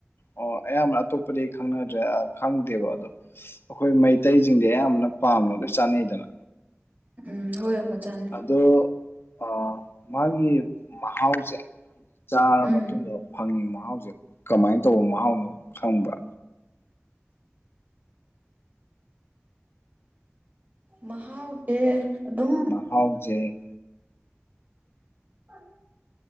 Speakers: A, on the left; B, on the right.
A: ꯑꯣ ꯑꯌꯥꯝꯕꯅ ꯑꯇꯣꯞꯄꯗꯤ ꯑꯩ ꯈꯪꯅꯗ꯭ꯔꯦ ꯈꯪꯗꯦꯕ ꯑꯗꯣ ꯑꯩꯈꯣꯏ ꯃꯩꯇꯩꯁꯤꯡꯗꯤ ꯑꯌꯥꯝꯕꯅ ꯄꯥꯝꯅ ꯂꯣꯏ ꯆꯥꯅꯩꯗꯅ꯫
B: ꯎꯝ ꯍꯣꯏ ꯌꯥꯝ ꯃ ꯆꯥꯟ
A: ꯑꯗꯣ ꯑ ꯃꯥꯒꯤ ꯃꯍꯥꯎꯁꯦ ꯆꯥꯔ
B: ꯎꯝ
A: ꯃꯇꯨꯡꯗ ꯐꯪꯉꯤ ꯃꯍꯥꯎꯁꯦ ꯀꯃꯥꯏꯅ ꯇꯧꯕ ꯃꯍꯥꯎꯅꯣ ꯈꯪꯕ꯭ꯔꯥ
B: ꯃꯍꯥꯎꯗꯦ ꯑꯗꯨꯝ
A: ꯍꯥꯎꯖꯦ
B: <inaudible>